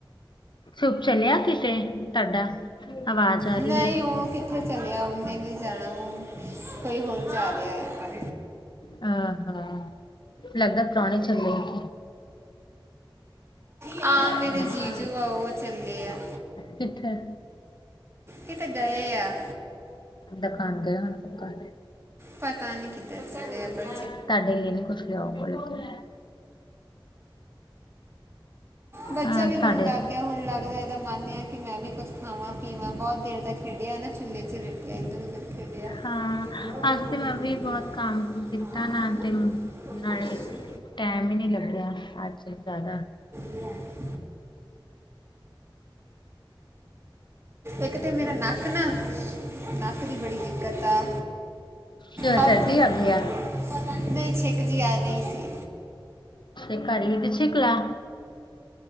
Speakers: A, on the left; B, on the right.
A: ਸੁੱਪ ਚਲਿਆ ਕਿਤੇ ਤੁਹਾਡਾ ਆਵਾਜ਼ ਆ ਰਹੀ
B: ਨਹੀਂ
A: ਹੈ।
B: ਉਹ ਕਿੱਥੇ ਚਲਿਆ ਹੁਣ ਮੈ ਨਹੀਂ ਜਾਣਾ ਉਹ ਕੋਈ ਹੋਰ ਜਾ ਰਿਹਾ ਆ
A: ਆਹ ਹਾਂ ਲੱਗਦਾ ਪੁਾਹਣੇ ਚੱਲੇ ਕੀ
B: ਹਾਂ ਮੇਰੇ
A: ਕੀ
B: ਜੀਜੂ ਆ ਉਹ ਚੱਲੇ ਆ
A: ਸਿੱਥਰ
B: ਕਿਤੇ ਗਏ ਆ
A: ਦਾਖਾਣ ਗ ਹੁਣ ਪੱਕਾ
B: ਪਤਾ ਨੀ ਕਿਧਰ ਚੱਲਿਆ ਚੱਲ ਆ
A: ਤੁਹਾਡੇ ਲਈ ਨੀ ਕੁਛ ਲਿਆਓ ਬੋਲ ਕੇ
B: ਬੱਚਾ
A: ਹਾਂ
B: ਵੀ ਰੋਣ
A: ਤੁਹਾਡੇ
B: ਲੱਗ ਗਿਆ ਹੁਣ ਲੱਗਦਾ ਦਾ ਮੰਨ ਆ ਕਿ ਮੈਂ ਵੀ ਕੁੱਛ ਖਾਵਾਂ ਪੀਵਾਂ ਬਹੁਤ ਦੇਰ ਤੱਕ ਖੇਡਿਆ ਨਾ ਚੁੱਲ੍ਹੇ ਚ ਲੇਟਿਆ ਇੱਧਰ ਉੱਧਰ ਖੇਡਿਆ
A: ਹਾਂ
B: ਬੱਚੇ ਬਹੁਤ
A: ਅਜ
B: ਜੇ ਭੁੱਖ
A: ਤੇ ਮੈਂ
B: ਲੱਗੀ
A: ਵੀ ਬਹੁਤ
B: ਹੈ
A: ਕਾਮ ਕੀਤਾ
B: ਹਾਂ ਤੁਸੀਂ
A: ਨਾ ਤੇ ਨਾਲੇ
B: ਕੋਈ ਤਾਂ ਨਹੀਂ
A: ਟਾਈਮ ਹੀ ਨਹੀਂੀ ਲੱਗਿਆ ਅੱਜ ਜ਼ਿਆਦਾ
B: ਕੀਆ ਇੱਕ ਤਾਂ ਮੇਰਾ ਨੱਕ ਨਾ ਨੱਕ ਦੀ ਬੜੀ ਦਿੱਕਤ ਆ
A: ਕਿਉਂ
B: ਹਰ
A: ਸਰਦੀ
B: ਚੀਜ਼
A: ਆ ਗਈ ਆ
B: ਛੇਕ ਜਿਹੀ ਆ ਰਹੀ ਸੀ
A: ਸ਼ਕਾਰ ਇਹ ਸ਼ਕਲਾ